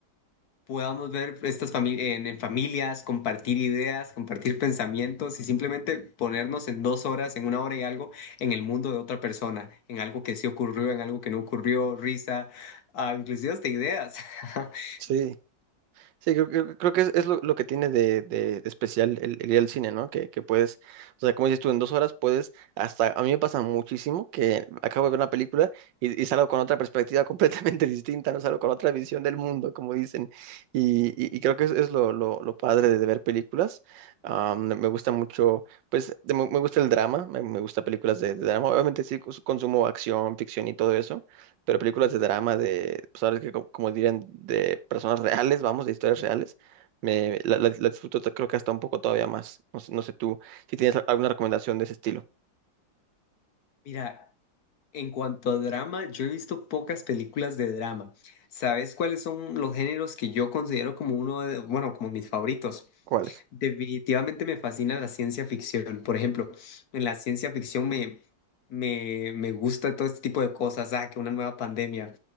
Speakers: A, on the left; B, on the right.
A: podamos ver estas fami- en, en familias, compartir ideas, compartir pensamientos y simplemente ponernos en dos horas, en una hora y algo, en el mundo de otra persona, en algo que sí ocurrió, en algo que no ocurrió, risa, ah, inclusive hasta ideas. <laughs>
B: Sí, sí, creo, creo- creo que es, es lo, lo que tiene de, de- de especial el, el ir al cine, ¿no? Que, que puedes, o sea, como dices tú, en dos horas puedes, hasta a mí me pasa muchísimo que acabo de ver una película y, y salgo con otra perspectiva <laughs> completamente distinta, ¿no? Salgo con otra visión del mundo, como dicen, y, y- y creo que es, es lo, lo- lo padre de, de ver películas. Am, me gusta mucho, pues, de- me, me gusta el drama, me, me gusta películas de, de drama, obviamente sí cons- consumo acción, ficción y todo eso pero películas de drama, de, pues ahora sí que co- como, dirían, de personas reales, vamos, de historias reales, me, la, la- la disfruto t- creo que hasta un poco todavía más. No sé, no sé tú si tienes a- alguna recomendación de ese estilo.
A: Mira, En cuanto a drama, yo he visto pocas películas de drama. ¿Sabes cuáles son los géneros que yo considero como uno de, bueno, como mis favoritos?
B: ¿Cuáles?
A: Definitivamente me fascina la ciencia ficción. Por ejemplo, en la ciencia ficción me, me, me gusta todo este tipo de cosas. Ah, que una nueva pandemia.